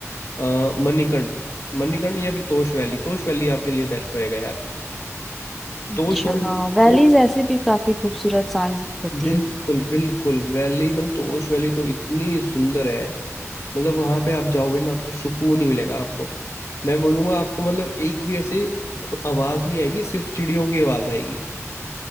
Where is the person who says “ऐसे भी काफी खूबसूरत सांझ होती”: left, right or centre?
Centre